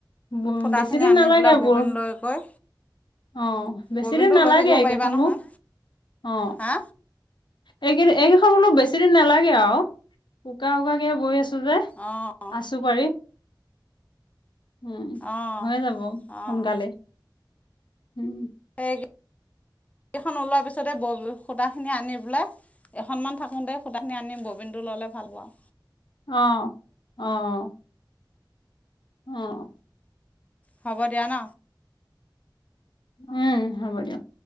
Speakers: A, on the left; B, on the left.
A: ব
B: সূতাখিনি
A: বেছি দিন
B: আনি
A: নালাগে
B: পেলাই ববিন
A: বোৰ
B: লৈ গৈ
A: অ বেছিদিন
B: ববিনটো
A: নালাগে
B: লৈ থাকিব
A: এইকেইখনো,
B: পাৰিবা নহয়
A: অ।
B: হা
A: এইকেই এইকেইখন বলো বেছি দিন নালাগে আৰু উকা উকাকে বৈ আছো তুজে
B: অঁ
A: আছো পাৰি। উম
B: অঁ
A: হৈ যাব
B: অঁ
A: সোনকালে। উম।
B: <inaudible> এইখন ওলোৱা পিছতে বৰ সুতা খিনি আনি পেলায় এখনমান থাকোতে। সূটাখিনি আনি ববিনটো ল'লে ভাল বাওঁ।
A: অহ অহ অ।
B: হ'ব দিয়া ন।
A: উম হ'ব দিয়ক।